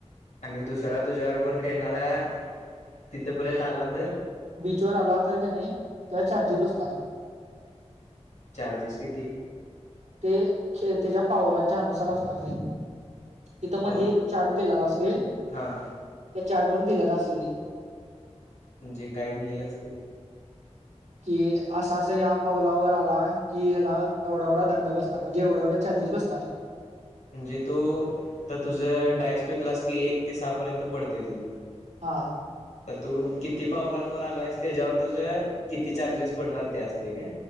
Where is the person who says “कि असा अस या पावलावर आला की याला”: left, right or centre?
Right